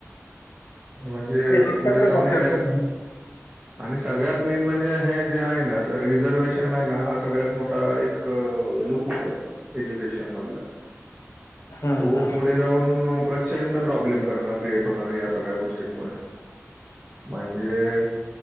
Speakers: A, on the right; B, on the left.
A: म्हणजे
B: शिक्षणाच्या
A: पुढे जाऊन
B: बाबतीत
A: हे
B: पण
A: आणि सगळ्यात मेन म्हणजे हे जे आहे ना रिझर्वेशन आहे ना हा सगळ्यात मोठा एक अ लुपवत एज्युकेशन मधला
B: हम्म
A: तो
B: हम्म
A: पुढे जाऊन प्रचंड प्रॉब्लेम करणार. क्रिएट होणार आहे या सगळ्या गोष्टींमुळे. म्हणजे